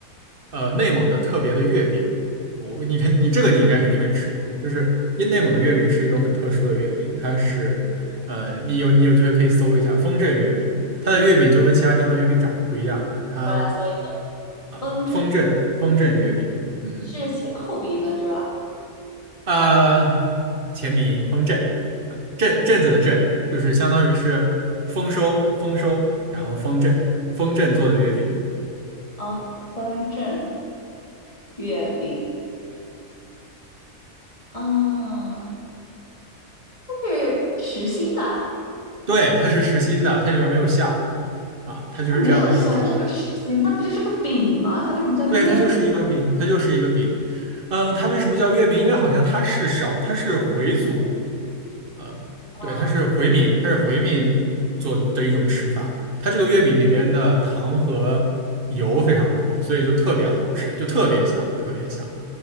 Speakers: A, on the right; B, on the left.
A: 呃，内蒙的特别的月饼，我你看你这个你应该肯定没吃过，就是因内蒙的月饼是一种很特殊的月饼，它是呃，你有你有机会可以搜一下丰镇月饼，它的月饼就跟其他地方的月饼长得不一样，它
B: 我来搜一搜，
A: 啊丰镇丰镇月饼，
B: 风筝
A: 嗯
B: 是前后鼻音的是吧？
A: 啊前鼻音丰镇，啊镇镇子的镇，就是相当于是丰收丰收，然后丰镇丰镇做的月饼。
B: 啊，风筝月饼啊，它是实心的，
A: 对，它是实心的，它里边没有馅儿啊，它就是这样的一种，
B: 它没有馅儿，它就是实心，那不就是个饼吗？它为什么叫月饼？
A: 对，它就是一个饼，它就是一个饼。嗯、它为什么叫月饼？因为好像它是少，它是回族，呃，
B: 啊，
A: 对，它是回民，它是回民做的一种吃法。它这个月饼里边的糖和油非常多，所以就特别好吃，就特别香，特别香。